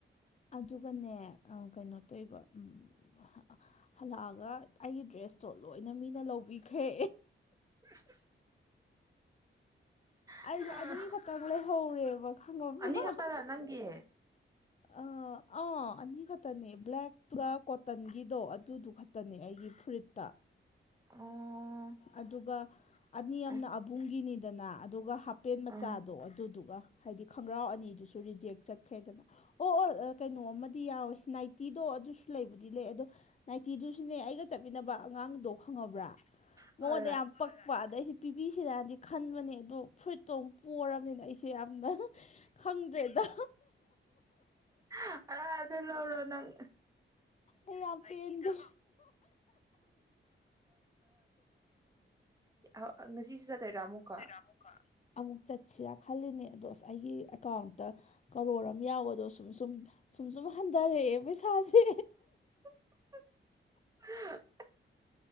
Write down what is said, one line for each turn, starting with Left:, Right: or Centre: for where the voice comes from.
Left: ꯑꯗꯨꯒꯅꯦ ꯑ ꯀꯩꯅꯣ ꯇꯧꯏꯕ ꯎꯝ ꯑ꯫ ꯍꯜꯂꯛꯑꯒ ꯑꯩꯒꯤ ꯗ꯭ꯔꯦꯁꯇꯣ ꯂꯣꯏꯅ ꯃꯤꯅ ꯂꯧꯕꯤꯈ꯭ꯔꯦ
Right: <inaudible>
Left: ꯑꯩꯗꯣ
Right: ꯑꯣ
Left: ꯑꯅꯤ ꯈꯛꯇꯪ ꯂꯩꯍꯧꯔꯦꯕ ꯈꯪꯉꯕ꯭ꯔꯥ
Right: ꯑꯅꯤ ꯈꯛꯇꯔ ꯅꯪꯒꯤ
Left: ꯑ ꯑꯥ ꯑꯅꯤ ꯈꯠꯇꯅꯤ ꯕ꯭ꯂꯦꯛ ꯄꯨꯔ ꯀꯣꯇꯟꯒꯤꯗꯣ ꯑꯗꯨꯗꯨ ꯈꯛꯇꯅꯦ ꯑꯩꯒꯤ ꯐꯨꯔꯤꯠꯇ
Right: ꯑꯣ
Left: ꯑꯗꯨꯒ ꯑꯅꯤ ꯑꯃꯅ
Right: ꯑ
Left: ꯑꯕꯨꯡꯒꯤꯅꯤꯗꯅ ꯑꯗꯨꯒ ꯍꯥꯄꯦꯟ ꯃꯆꯥꯗ
Right: ꯑ
Left: ꯑꯗꯣ ꯑꯗꯨꯗꯨꯒ ꯍꯥꯏꯗꯤ ꯈꯣꯡꯒ꯭ꯔꯥꯎ ꯑꯅꯤꯗꯨꯁꯨ ꯔꯤꯖꯦꯛ ꯆꯠꯈ꯭ꯔꯦꯗꯅ꯫ ꯑꯣ-ꯑꯣ ꯀꯩꯅꯣ ꯑꯃꯗꯤ ꯌꯥꯎꯋꯦ ꯅꯥꯏꯇꯤꯗꯣ ꯑꯗꯨꯁꯨ ꯂꯩꯕꯗꯤ ꯂꯩ ꯑꯗꯣ ꯅꯥꯏꯇꯤꯗꯨꯁꯨꯅꯦ ꯑꯩꯒ ꯆꯠꯃꯤꯟꯅꯕ ꯑꯉꯥꯡꯗꯣ ꯈꯪꯉꯕ꯭ꯔꯥ
Right: ꯍꯣꯏ
Left: ꯃꯉꯣꯟꯗ ꯌꯥꯝ ꯄꯛꯄ ꯑꯗꯩ ꯑꯩꯁꯤ ꯄꯤꯕꯤꯁꯤꯔꯅꯗꯤ ꯈꯟꯕꯅꯦ ꯑꯗꯣ ꯐꯨꯔꯤꯠꯇꯣ ꯑꯃꯨꯛ ꯄꯔꯕꯅꯤꯅ ꯑꯩꯁꯦ ꯌꯥꯝꯅ ꯈꯪꯗ꯭ꯔꯦꯗ
Right: ꯍꯣꯏ ꯑꯗꯨ ꯂꯧꯔꯣ ꯅꯪ
Left: ꯑꯩ ꯌꯥꯝꯄꯦꯟꯗꯦ
Right: ꯎ ꯉꯁꯤꯁꯨꯦ ꯆꯠꯇꯣꯏꯗ꯭ꯔꯥ ꯑꯃꯨꯛꯀꯣ <inaudible>
Left: ꯑꯃꯨꯛꯀ ꯑꯃꯨꯛ ꯆꯠꯁꯤꯔꯥ ꯈꯜꯂꯤꯅꯦ ꯑꯗꯣ ꯑꯁ ꯑꯩꯒꯤ ꯑꯦꯀꯥꯎꯟꯇ ꯀꯥꯔꯣ꯭ꯔ ꯑꯃ ꯌꯥꯎꯕꯗꯣ ꯁꯨꯝ-ꯁꯨꯝ ꯁꯨꯝ-ꯁꯨꯝ ꯍꯟꯗꯔꯛꯑꯦ ꯄꯩꯁꯥꯁꯦ
Right: <unintelligible>